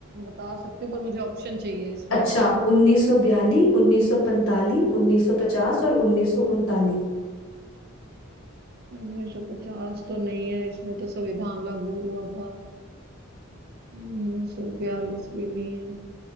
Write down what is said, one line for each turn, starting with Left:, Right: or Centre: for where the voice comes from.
Right: बता सकते हो, पर मुझे ऑप्शन चाहिए इसमें
Left: अच्छा 1942 1945 1950 और 1939
Right: उन्नीस सौ पचास तो नहीं है इसमें तो संविधान लागू हुआ था उन्नीस सौ बयालीस भी नहीं है